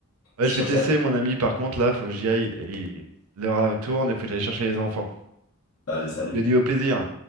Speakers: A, on the right; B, on the left.
A: Ouais,
B: sur
A: je vais te
B: ça,
A: laisser, mon ami, par contre, là, faut que j'y aille. Il- L'heure euh, tourne et faut que j'aille chercher les enfants.
B: allez, salut.
A: Je te dis au plaisir.